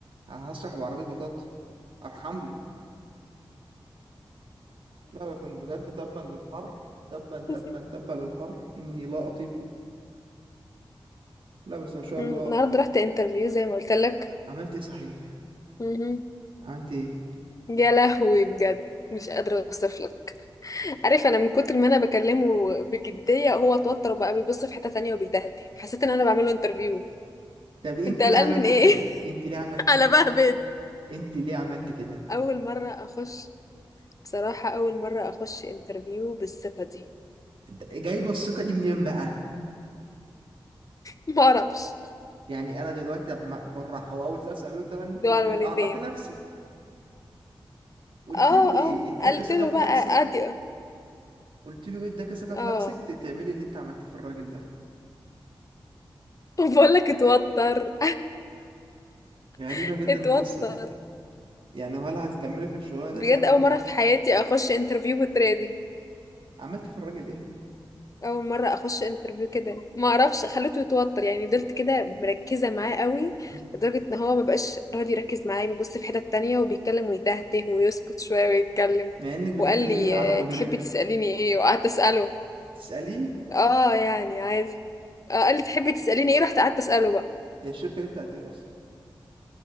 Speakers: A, on the right; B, on the left.
A: هسرح بعربيه بطاطا ارحم لي لا لكن بجد تبا للحر تبا تبا
B: <laughs>
A: تبا للحر اني لا اطيقه لا بس ما شاء
B: النهارده
A: الله
B: رحت انترفيو زي ما قلت لك
A: عملت ايه صحيح
B: أمم.
A: عملت ايه
B: يا لهوي بجد مش قادره اوصف لك عارف انا من كتر ما انا بكلمه بجديه هو اتوتر وبقى بيبص في حته تانية وبيتهته حسيت ان انا بعمل له انترفيو
A: طب انت
B: انت قلقان
A: ليه عملت
B: من ايه
A: كده
B: <laughs>
A: انت ليه عملت
B: <laughs> على
A: كده
B: بهبد
A: انت ليه عملت كده
B: اول مره اخش بصراحه اول مره اخش انترفيو بالثقه دي
A: انت- جايبه الثقه دي منين بقى
B: <laughs> ما اعرفش
A: يعني انا دلوقتي طب ما- بالراحه هو اول سؤال سالوك طبعا انتروديو
B: دعاء الوالدين
A: عرفي نفسك قلت
B: اه
A: له ايه
B: اه
A: اداك
B: قلت
A: ثقه
B: له
A: في
B: بقى
A: نفسك
B: ادي
A: قلت له ايه اداك ثقه في
B: اه
A: نفسك ت- تعملي اللي انت عملتيه في الراجل ده
B: <laughs> بقول لك اتوتر
A: غريبه
B: <laughs>
A: جدا
B: اتوتر
A: القصه دي يعني هل هتكملي في الشغلانه ديت
B: بجد
A: يعني
B: اول
A: ولا
B: مره
A: إيه؟
B: في حياتي اخش انترفيو بالطريقه دي
A: عملت في الراجل ايه
B: اول مره اخش انترفيو كده ما اعرفش خليته يتوتر يعني فضلت كده مركزه معاه قوي
A: <laughs>
B: لدرجه ان هو ما بقاش راضي يركز معايا بيبص في حته تانية وبيتكلم ويتهته ويسكت شويه ويتكلم
A: مع انك بتتكلمي
B: وقال لي
A: على مودريتور
B: آه، تحبي تساليني ايه وقعدت اساله
A: تساليه
B: اه يعني عادي آه قال لي تحبي تساليني ايه رحت قعدت اساله بقى
A: هي الشركه دي بتاعت ايه اصلا